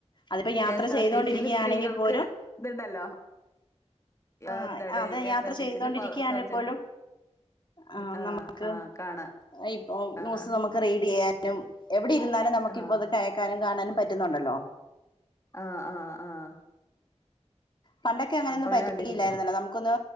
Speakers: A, on the left; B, on the left.
A: അതിപ്പോ യാത്ര
B: കെ എസ്
A: ചെയ്തൊണ്ടിരിക്ക്യാണെങ്കിൽ
B: ആർ ടി സിയില് സ്ത്രീകൾക്ക്
A: പോലും
B: ഇതുണ്ടല്ലോ
A: ആ
B: എന്താണ്
A: അതെ
B: കെ
A: യാത്ര
B: എസ് ആർ ടി
A: ചെയ്തോണ്ടിരിക്കാണേൽ
B: സിയില് സൗജന്യം
A: പോലും ആ
B: ആഹ്
A: നമുക്ക്
B: ആഹ് കാണാ
A: ഇപ്പൊ
B: ആഹ്
A: ന്യൂസ് നമുക്ക് റീഡെയ്യാനും എവിടെ ഇരുന്നാലും നമുക്കിപ്പോ
B: ആഹ്
A: ഇത് കേൾക്കാനും കാണാനും പറ്റുന്നുണ്ടല്ലോ
B: ആഹ് ആഹ് ആഹ്
A: പണ്ടൊക്കെ അങ്ങനെയൊന്നും
B: അപ്പൊ അങ്ങനെ
A: പറ്റുകയില്ലായിരുന്നല്ലോ
B: കണ്ടിരി
A: നമുക്കൊന്ന്